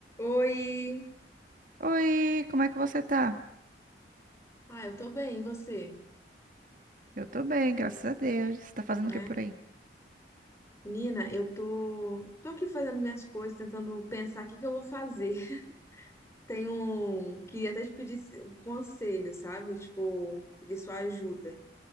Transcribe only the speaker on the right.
Oi, como é que você tá?
Eu tô bem, graças a Deus. Você tá fazendo o
que por aí?